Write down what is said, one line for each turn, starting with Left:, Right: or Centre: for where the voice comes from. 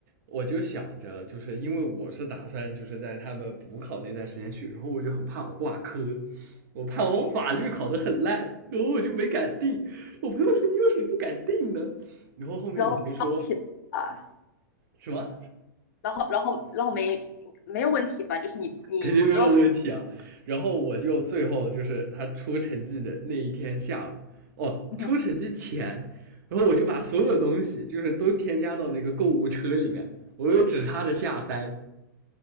Right: 我就想着就是因为我是打算就是在他们补考那段时间去，然后我就很怕我挂科。我怕我法律考得很烂，然后我就没敢定。我朋友说：“你为什么不敢定呢？”然后后面我就说
Left: 然后被捞起来了，
Right: 什么？
Left: 然后、然后、然后没没有问题吧？就是你、你、
Right: 肯定没有问题啊。
Left: 你说
Right: 然后我就最后就是他出成绩的那一天下午，哦，
Left: 嗯，
Right: 出成绩前，然后我就把所有东西就是都添加到那个购物车里面，我就只差着下单。